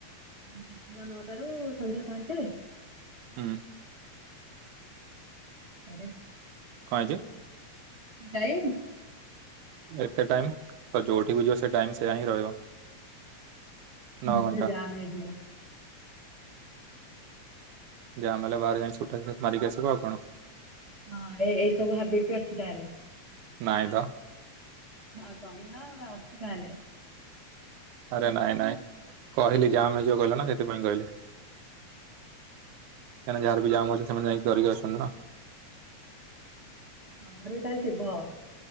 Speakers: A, on the right; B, on the right.
A: ସକାଳ ନଅଟାରୁ ସନ୍ଧ୍ୟା ପାଞ୍ଚରେ
B: ହୁଁ
A: ଖରେେ
B: କଣ ଯେ
A: ଏେ ଟାଇମ୍
B: ଏତେ ଟାଇମ ତ ଯୋଉଠିକୁ ଯିବ ସେ ଟାଇମ ସେଆା ହିଁ ରହିବ ନଅ
A: ମୁଟ
B: ଘଣ୍ଟା
A: ଯାାମ ଯିବା
B: ଯାହାମେ ବାହାର ଯାଇଣିଛୁଟା ମରିଗସ କଉ କଣ
A: ହଁ ଏ ଏଇ ସବୁ ହାବିଟ ବି ଅଛି ତାହେଲେ
B: ନଈଁଦ
A: ହଁ କହିଲ ଅଛିିକହଲେ
B: ଆରେ ନାଇଁ ନାଇଁ କହିଲି ଜମ୍ ହେଇଯିବ କହିଲ ନା ସେଥିପାଇଁ କହିଲେ କାହିଁକି ଯାହାର ବି ଜାମ ଅଛି ସେମାନେ ଯାଇକି କରିକି ଅଛନ୍ତି ନା
A: ଆମରଟା ଶିବ